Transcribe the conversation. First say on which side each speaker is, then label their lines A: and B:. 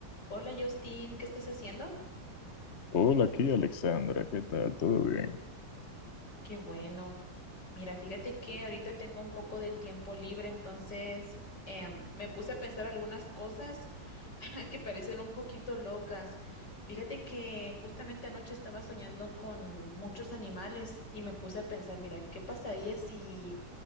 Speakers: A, on the left; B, on the left.
A: Hola Justin, ¿qué estás haciendo?
B: Hola, aquí Alexandra, ¿qué tal? ¿Todo bien?
A: Qué bueno. Mira, fíjate que ahorita tengo un poco de tiempo libre, entonces em, me puse a pensar algunas cosas <laughs> que parecen un poquito locas. Fíjate que justamente anoche estaba soñando con muchos animales y me puse a pensar, mira, ¿qué pasaría si